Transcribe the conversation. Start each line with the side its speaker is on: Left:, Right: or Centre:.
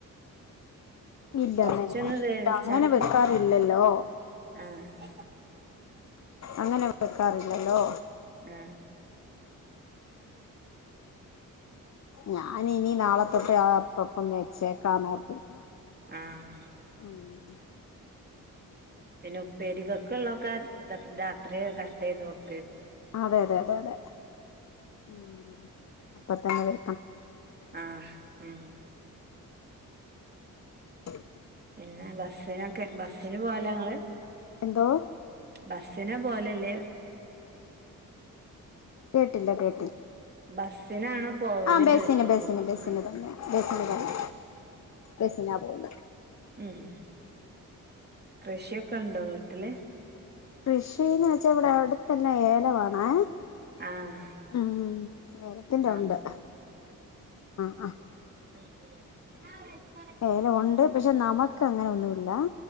Left: ഇല്ലന്നെ
Right: കൊറച്ചൊന്ന് വേവിച്ചാട്ട്
Left: ഇല്ല അങ്ങനെ വെക്കാറില്ലല്ലോ.
Right: ആഹ്
Left: അങ്ങനെ വെക്കാറില്ലല്ലോ
Right: ആ
Left: ഞാൻ ഇനി നാളെ തൊട്ട് അപ്പപ്പം വെച്ചേക്കാനോർത്തിരിക്കുവ.
Right: ആഹ്
Left: ഉം
Right: പിന്നെ ഉപ്പേരികക്കുള്ളോക്കെ ര രാത്രി കട്ട് ചെയ്ത് വെക്ക്
Left: അതെ അതെ അതെ അതെ ഉം അപ്പത്തന്നെ വെ
Right: ആ ഉം
Left: <unintelligible>
Right: പിന്നെ ബസ്സിനൊക്കെ ബസ് ന് പോകാലൊങ്ങള്
Left: എന്തോ
Right: ബസിനെ പോലെല്ലേ
Left: കേട്ടില്ല കേ
Right: ബസ്സിനാണോ പോവല്
Left: ആഹ് ബസിന്
Right: ചോയിക്കപ്പോ
Left: ബസിന് ബസിന്
Right: ആഹ്
Left: തന്നെ ബസിന്
Right: ഉം
Left: തന്നെ ബസിനാ പോകുന്ന
Right: ഉം കൃഷിയൊക്കെ ഉണ്ടോ വീട്ടില്
Left: കൃഷിന്ന് വെച്ചാ ഇവിടെവിടെ ത്തെല്ല ഏലംആണേ
Right: ആഹ്
Left: ഉം ഉം ഏലത്തിന്റെ
Right: അത്
Left: ഉണ്ട് ആഹ് ആഹ്
Right: <inaudible>
Left: ഏലം ഒണ്ട് പക്ഷെ നമു ക്കങ്ങനെ ഒന്നുല്ല